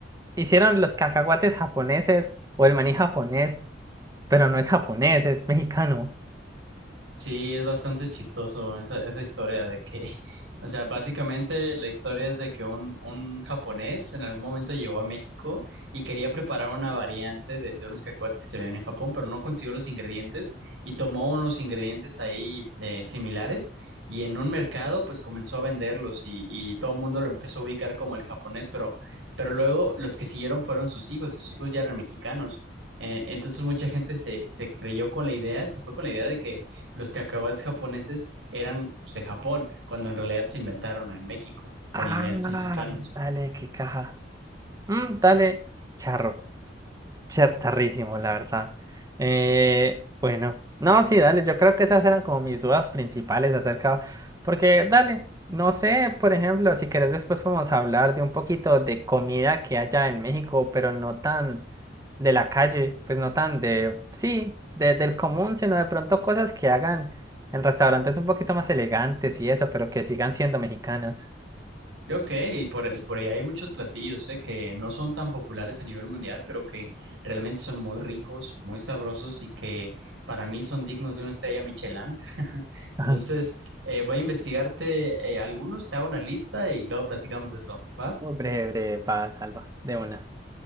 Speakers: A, on the right; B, on the right.
A: hicieron los cacahuates japoneses o el maní japonés, pero no es japonés, es mexicano.
B: Sí, es bastante chistoso esa, esa historia de que, <laughs> o sea, básicamente la historia es de que un, un japonés en algún momento llegó a México y quería preparar una variante de, de unos cacahuates que se venden en Japón, pero no consiguió los ingredientes y tomó unos ingredientes ahí eh, similares y en un mercado pues comenzó a venderlos y, y todo el mundo lo empezó a ubicar como el japonés, pero, pero luego los que siguieron fueron sus hijos y sus hijos ya eran mexicanos. Eh, entonces mucha gente se, se creyó con la idea, se fue con la idea de que los cacahuates japoneses eran pues, de Japón, cuando en realidad se inventaron en México, con
A: Ah,
B: ingredientes mexicanos.
A: dale, qué caja. Mm, dale, charro. Char- Charrísimo, la verdad. Eh, bueno, no, sí, dale, yo creo que esas eran como mis dudas principales acerca, porque dale, no sé, por ejemplo, si querés después podemos hablar de un poquito de comida que haya en México, pero no tan de la calle, pues no tan de, sí, de- del común, sino de pronto cosas que hagan en restaurantes un poquito más elegantes y eso, pero que sigan siendo mexicanas.
B: Y Ok, y por, ahí- por ahí hay muchos platillos, eh, que no son tan populares a nivel mundial, pero que realmente son muy ricos, muy sabrosos y que para mí son dignos de una estrella Michelin. <laughs>
A: <laughs> Ajá.
B: Entonces, eh, voy a investigarte eh, algunos, te hago una lista y luego platicamos de eso, ¿va?
A: breve, breve, va, salva, de una.